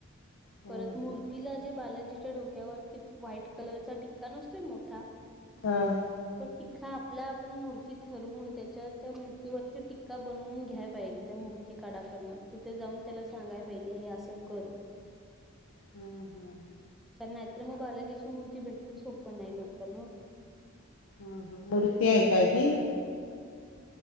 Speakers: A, on the left; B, in the centre.
A: हा
B: परत मूर्तीला
A: हा.
B: जे बालाजीच्या डोक्यावरती व्हाईट कलरचा टिक्का नसतोय मोठा.
A: हां.
B: तो तिख्खा आपला आपण मूर्ती ठरवून. त्याच्या त्या मूर्तीवरती टिक्का बनवून घ्याय पाहिजे त्या मूर्ती काढा करण, तिथे जाऊन त्याला सांगाय पाहिजे हे असं कर.
A: हं हं हं.
B: कारण नाहीतर मग बालाजीची मूर्ती भेटण सोपं नाही लवकर मग.
A: ह ह मूर्ती आहे काय ती.